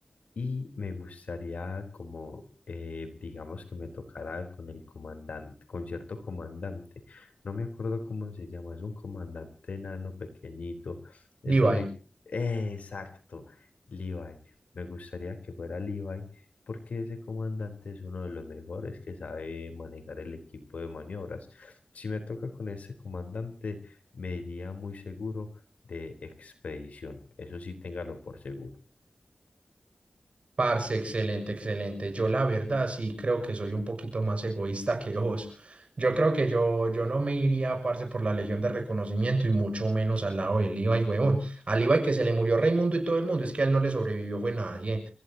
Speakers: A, on the left; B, on the right.
A: y me gustaría como, eh, digamos que me tocara con el comandante, con cierto comandante. No me acuerdo cómo se llama, es un comandante enano pequeñito. Ese
B: Diva,
A: me... ¡Eh! exacto, Levi. Me gustaría que fuera Levi porque ese comandante es uno de los mejores que sabe manejar el equipo de maniobras. Si me toca con ese comandante, me iría muy seguro de expedición. Eso sí, téngalo por seguro.
B: Parce, excelente, excelente. Yo la verdad sí creo que soy un poquito más egoísta que vos. Yo creo que yo, yo no me iría, parce, por la Legión de Reconocimiento y mucho menos al lado del Ibai, huevón. Al Ibai que se le murió Raimundo y todo el mundo, es que a él no le sobrevivió fue nadie.